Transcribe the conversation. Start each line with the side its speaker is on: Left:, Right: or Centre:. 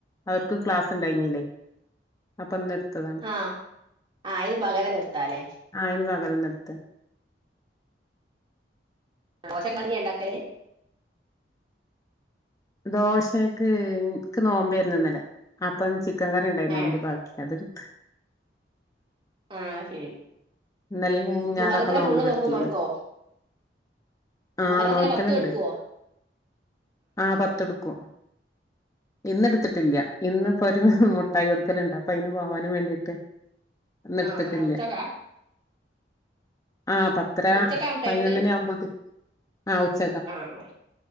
Left: അവർക്ക് ക്ലാസ് എണ്ടായ്ന്നില്ലേ അപ്പൊ അന്നെടുത്തതാ
Right: ആഹ് അയ്ന് പകലന്നെടുത്താല്ലേ
Left: ആഹ് അന്ന് പകലന്നെടുത്ത
Right: ദോശെ കഞ്ഞിയ എണ്ടാക്കല്
Left: ദോശക്ക് നിക്ക് നോമ്പാരുന്നിന്നലെ അപ്പൊ ചിക്കൻ കറി ഇണ്ടായീന്നയ്ന്റെ
Right: ഏ
Left: ബാ ‌ക്കി അതെടുത്ത്
Right: ആഹ് ശരി
Left: ഇന്നലേം മിനിഞ്ഞാന്നൊക്കെ
Right: മുഹറത്തിലെ
Left: നോമ്പെടുത്തീന്ന്
Right: ഫുള്ള് നോമ്പ് നോൽക്കോ
Left: ആഹ്
Right: മുഹറത്തിലെ
Left: നോൽക്കലെണ്ട്
Right: പത്തും എടുക്കുവോ
Left: ആഹ് പത്തെടുക്കും ഇന്നെടുത്തിട്ടില്ല ഇന്നിപ്പൊ ഒരു മുട്ടായി കൊടുക്കലെണ്ട് അപ്പൊ അയ്ന് പോവാനും വേണ്ടീട്ട്
Right: <inaudible>
Left: ഇന്നെടുത്തിട്ടില്ല
Right: ആഹ് ഉച്ചക്കാ
Left: ആഹ് പ ത്തരാ
Right: ഉച്ചക്കാ മുട്ടായി
Left: പതിനൊന്നണി
Right: എടുക്കല്
Left: ആവുമ്പത് ആഹ് ഉച്ച
Right: ആഹ്